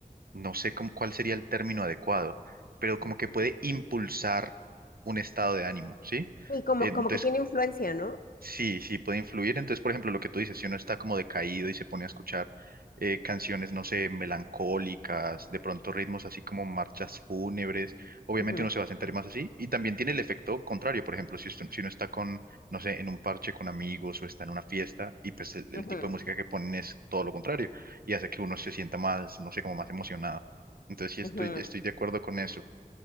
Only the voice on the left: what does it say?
Mm.
Y como,
como que tiene influencia, ¿no?
Ujú,
ujú,
ujú.